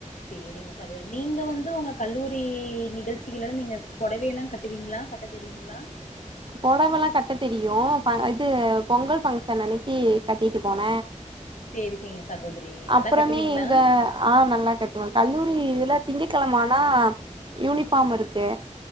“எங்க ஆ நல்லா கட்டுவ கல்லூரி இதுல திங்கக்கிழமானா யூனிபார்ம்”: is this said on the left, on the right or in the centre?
Right